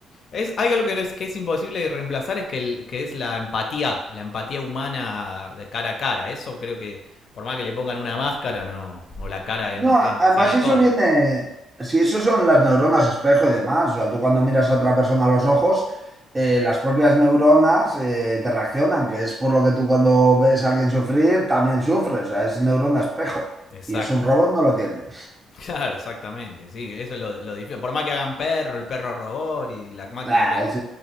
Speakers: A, on the left; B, on the right.
A: Es, hay algo que, no es, que es imposible de reemplazar, es que, el- que es la empatía, la empatía humana de cara a cara. Eso creo que, por más que le pongan una máscara, no, o la cara
B: No,
A: en,
B: a-
A: en
B: además
A: silicona,
B: eso viene, si eso son las neuronas espejo y demás, o sea, tú cuando miras a otra persona a los ojos, eh, las propias neuronas eh, te reaccionan, que es por lo que tú cuando ves a alguien sufrir también sufres, o sea, es neurona espejo
A: Exacto,
B: y es un robot no lo tiene.
A: <laughs> claro, exactamente, sí, eso es lo, lo difícil. Por más que hagan perro, el perro robot y la máquina
B: <laughs> ah,
A: que
B: es-